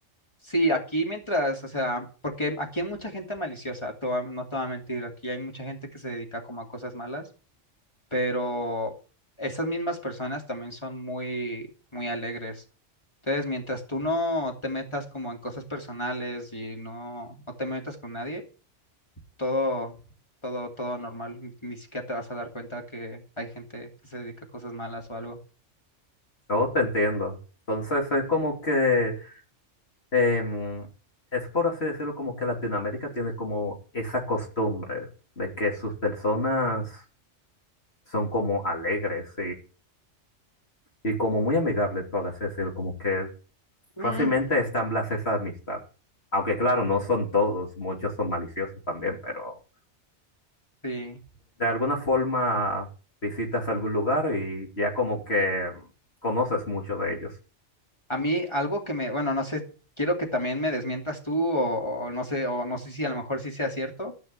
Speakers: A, on the left (about 25°); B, on the left (about 60°).
A: Sí, aquí mientras, o sea, porque aquí hay mucha gente maliciosa, te voy a- no te voy a mentir, aquí hay mucha gente que se dedica como a cosas malas, pero esas mismas personas también son muy, muy alegres. Entonces, mientras tú no te metas como en cosas personales y no, no te metas con nadie, todo, todo, todo normal. Ni, ni siquiera te vas a dar cuenta que hay gente que se dedica a cosas malas o algo.
B: yo te entiendo. Entonces es como que, em, es por así decirlo, como que Latinoamérica tiene como esa costumbre de que sus personas son como alegres y como muy amigable, por así decirlo, como que
A: Mm,
B: fácilmente establece esa amistad. Aunque claro, no son todos, muchos son maliciosos también, pero
A: sí.
B: de alguna forma visitas algún lugar y ya como que conoces mucho de ellos.
A: A mí algo que me, bueno, no sé, quiero que también me desmientas tú o, o no sé, o no sé si a lo mejor sí sea cierto.